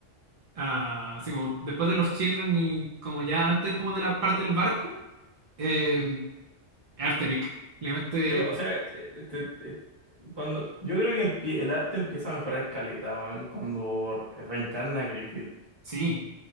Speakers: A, on the right; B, on the right.
A: ah, así como después de los Children y como ya antes como de la parte del barco. em, Arte pic. Obviamente,
B: Tú, o sea, te- te- te- cuando, yo creo que empie- el arte empieza a mejorar calidad, cuando re- reencarna a Griffith.
A: sí.